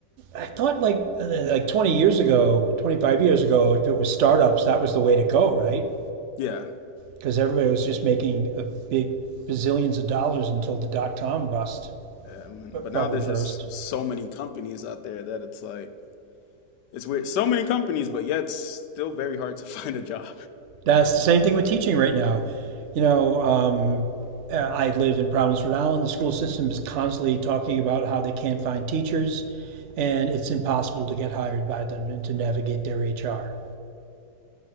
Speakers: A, on the right (about 65°); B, on the left (about 85°).
A: I thought, like uh, like twenty years ago, twenty five years ago, if it was startups, that was the way to go, right?
B: yeah,
A: because everybody was just making a big bazillions of dollars until the dot com bust
B: um,
A: bu-
B: but
A: bubble
B: now there's
A: burst.
B: just so many companies out there that it's like it's weird. So many companies, but yet still very hard to <laughs> find a job.
A: That's the same thing with teaching right now. You know, um, uh, I live in Providence, Rhode Island. The school system is constantly talking about how they can't find teachers, and it's impossible to get hired by them and to navigate their HR.